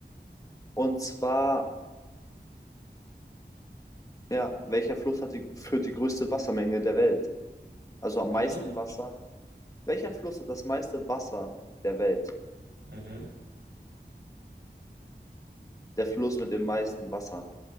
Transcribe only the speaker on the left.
Und zwar, ja, welcher Fluss hat die, führt die größte Wassermenge der Welt? Also am
meisten
Wasser. Welcher Fluss hat das meiste Wasser der Welt?
der Fluss mit dem meisten Wasser?